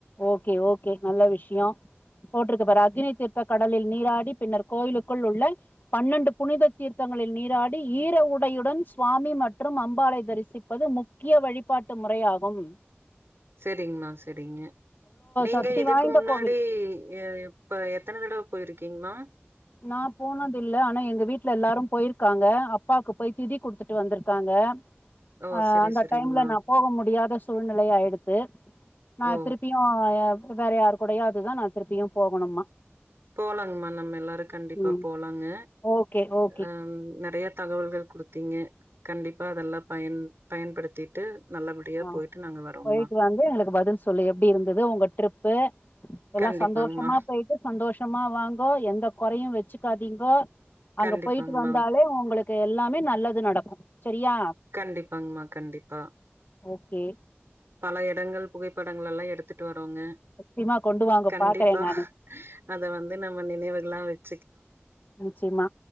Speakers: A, on the left; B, on the right.
A: ஓகே ஓகே நல்ல விஷ்யோ போட்ருக்கு பாரு அக்னி தீர்த்த கடலில் நீராடி பின்னர் கோயிலுக்குள் உள்ள பன்னெண்டு புனித தீர்த்தங் களில் நீராடி ஈர உடையுடன் சுவாமி மற்றும் அம்பாளை தரிசிப்பது முக்கிய வழிபாட்டு மு றையாகும்
B: செரிங்மா செரிங்க நீங்க
A: சக்தி
B: இதுக்கு
A: வாய்ந்த
B: முன்னாடி
A: கோவில்
B: எப்ப எத்தன தடவ போயிருக்கீங்மா
A: நா போனது இல்ல ஆனா எங்க வீட்ல எல்லாரு போயிருக்காங்க அப்பாக்கு போய் திதி குடுத்துட்டு வந்துருக்காங்க
B: ஓ!
A: அ
B: சரி
A: அந்த
B: சரிங்மா.
A: டைம்ல நாம் போக முடியாத சூழ்நிலைய ஆயிடுத்து நா
B: ஓ!
A: திருப்பியு வேற யாரு கூடையாதுதா நா திருப்பியு போகணுமா
B: போலாங்ம்மா நம்ம எல்லாரு கண்டிப்பா
A: ம்
B: போலாங்க
A: ஓகே ஓகே
B: அ நெறயா தகவல்கள் கொடுத்தீங்க கண்டிப்பா அதெல்லா பயன் பயன்படுத்திட்டு நல்லபடியா
A: ஆ
B: போயிட்டு நாங்க வரோம்மா.
A: போயிட்டு வந்து எங்களுக்கு பதில் சொல்லு எப்டி இருந்தது உங்க ட்ரிப்பு எல்லா
B: கண்டிப்பாங்கம்மா,
A: சந்தோஷமா போயிட்டு சந்தோஷமா வாங்கோ எந்த கொறையு வச்சுக்காதீங்கோ
B: கண்டிப்பாங்கம்மா,
A: அங்க போயிட்டு வந்தாலே உங்களுக்கு எல்லாமே நல்லது நடக்கு சரியா
B: கண்டிப்பாங்மா கண்டிப்பா
A: ஓகே
B: பல எடங்கள் புகைப்படங்களல்லா எடுத்துட்டு வ
A: நிச்சயமா கொண்டு வாங்க
B: கண்டிப்பா
A: பாக்குறே நானு
B: அத வந்து நம்ம நினைவுகளா வச்
A: நிச்சயமா